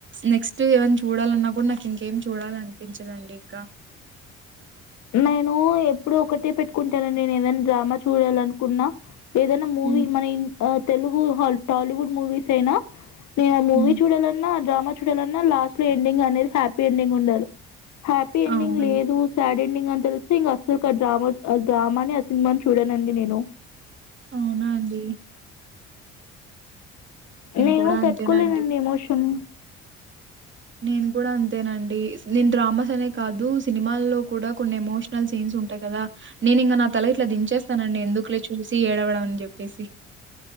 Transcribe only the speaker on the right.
నెక్స్ట్ ఏవన్న చూడాలన్నా కూడా నాకు ఇంకేమి చూడాలనిపించదండి ఇంకా
హ్మ్.
హ్మ్.
అవునండి.
అవునా అండి
కూడా
అంతేనండి.
నేను కూడా అంతేనండి నేను డ్రామాస్ అనే కాదు సినిమాల్లో కూడా కొన్ని ఎమోషనల్ సీన్స్ ఉంటాయి కదా నేను ఇంక నా తల ఇట్లా దించేస్తానండి ఎందుకులే చూసి ఏడవడం అని చెప్పేసి